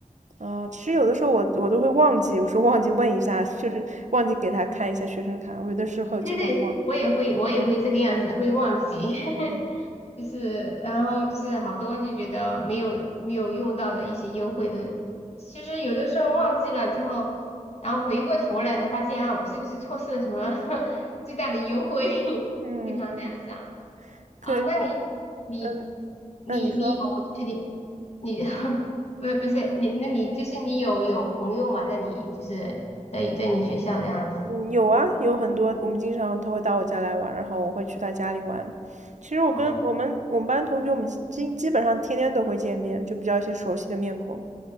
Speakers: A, on the right; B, on the left.
A: 啊，其实有的时候我我都会忘记，我说忘记问一下，就是忘记给他看一下学生卡，我有的时候就会忘。
B: 对对对，我也会，我也会这个样子，会忘记，<laughs>
A: 嗯
B: 就是，然后就是好多就觉得没有没有用到的一些优惠的，其实有的时候忘记了之后，然后回过头来才发现啊，我是不是错失了什么 <laughs> 最大的优惠？<laughs>
A: 嗯，
B: 经常这样想。
A: 对，可以，
B: 啊，那你你
A: 嗯，
B: 你你有就是你
A: 那你说，
B: 你 <laughs> 不是不是你那你就是你有有朋友嘛，在你就是在在你学校这样子
A: 嗯，有啊，有很多，我们经常他会到我家来玩，然后我会去他家里玩。其实我跟我们我们班同学，
B: 哦
A: 我们基基基本上天天都会见面，就比较一些熟悉的面孔。